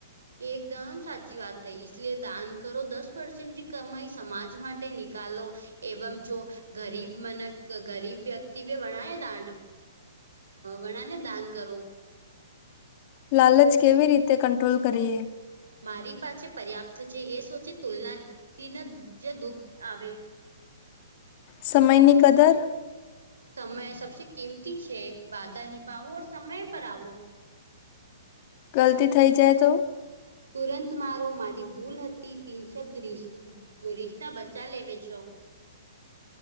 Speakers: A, on the right; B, on the left.
A: એકદમ સાચી વાત થઈ ઈશલિયે દાન કરો દસ પર્સેન્ટથી કમાઈ સમાજ માટે નિકાલો એવમ જો ગરીબ મને ગરીબ વ્યક્તિ ભણાય ત અ વણા ને દાન કરો
B: લાલચ કેવી રીતે કંટ્રોલ કરીએ
A: મારી પાસે પર્યાપ્ત છે એ સોચે તુલનાથીને જે દુખ આવે
B: સમયની કદર
A: સમય સબસે કિંમતી છે વાદા નિભાવો સમય પર આવવો
B: ગલતી થઈ જાય તો
A: તુરંત મારો મારી ભૂલ હતી તીન શબ્દ રઈશ રિશતા બચા લેવે છો.